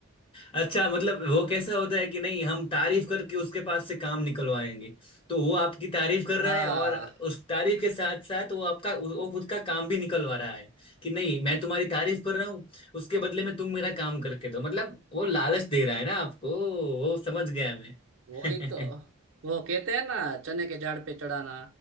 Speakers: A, on the left; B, on the right.
A: अच्छा मतलब वो कैसा होता है कि नहीं हम तारीफ करके उसके पास से काम निकलवाएंगे तो वो आपकी तारीफ कर
B: हाँ
A: रहा है और उस तारीफ के साथ साथ वो आपका वो खुद का काम भी निकलवा रहा है कि नहीं मैं तुम्हारी तारीफ कर रहा हूँ उसके बदले में तुम मेरा काम करके दो मतलब वो लालच दे रहा है ना आपको वो समझ गया मैं
B: वही तो
A: <laughs>
B: वो कहते हैं ना चने के झाड़ पे चढ़ाना